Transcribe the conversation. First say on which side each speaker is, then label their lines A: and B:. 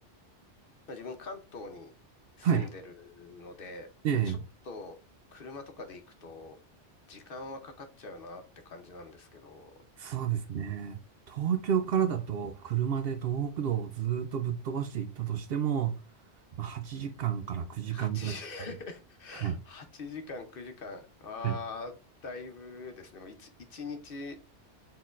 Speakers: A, on the left (about 55°); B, on the right (about 65°).
A: まあ、自分関東に住んでるので、
B: はい。ええ、
A: まあ、ちょっと車とかで行くと時間はかかっちゃうなって感じなんですけど、
B: そうですね。東京からだと、車で東北道をずーっとぶっ飛ばしていったとしても、まあ、8時間かんから9時間ぐらいですね。
A: 8時、<laughs>
B: はい。
A: 8時間、9時間。ああ、
B: はい。
A: だいぶですね。もう1、一日